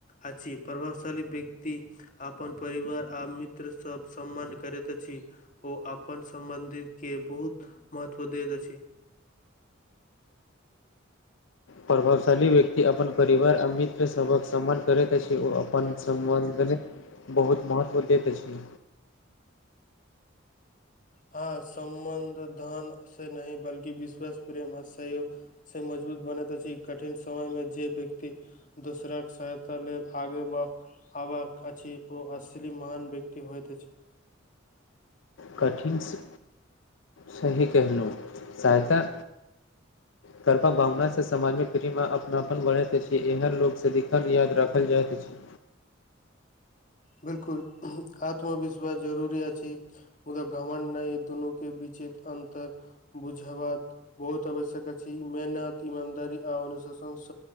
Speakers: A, on the left; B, on the left.
A: अछि प्रभावशाली व्यक्ति आ अपन परिवार आ मित्र सब सम्मान करैत अछि ओ अपन सम्बन्धिके बहुत महत्व दैत अछि
B: प्रभावशाली व्यक्ति अपन परिवार आ मित्र सभक सम्मान करैत अछि ओ अपन सम्बन्धिक बहुत महत्व दैत अछि
A: हाॅं सम्बन्ध धनसे नहि बल्कि विश्वास प्रेम आ सहयोग से मजबूत बनैत अछि कठिन समयमे जे व्यक्ति दोसराके सहायता लेब आगे ब- -ढ़बा अछि ओ अश्ली महान व्यक्ति होइत अछि
B: कठिनसे सही कहलहुँ सहायता
A: <inaudible>
B: करता भावनासे समाजमे प्रेम अपनापन बढ़ैत अछि एहन लोक सदिखन याद राखल जाइत अछि
A: बिल्कुल आत्मविश्वास जरूरी अछि मुदा घमंड नहि दुनूके बीचित अन्तर बुझबात बहुत आवश्यक अछि मेहनत ईमानदारी आ अनुशासनस